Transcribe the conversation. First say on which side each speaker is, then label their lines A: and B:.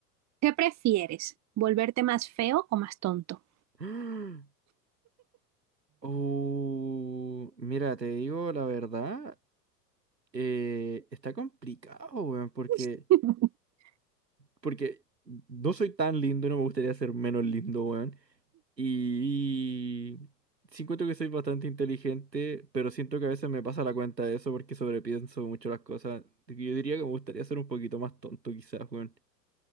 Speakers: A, on the right (about 35°); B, on the right (about 80°).
A: ¿Qué prefieres? ¿Volverte más feo o más tonto?
B: <gasps> Oh, mira, te digo la verdad, eh, está complicado, weón, porque...
A: <laughs>
B: Porque no soy tan lindo y no me gustaría ser menos lindo, weón. Y sí encuentro que soy bastante inteligente, pero siento que a veces me pasa la cuenta de eso porque sobrepienso mucho las cosas. Así que Yo diría que me gustaría ser un poquito más tonto quizás, weón.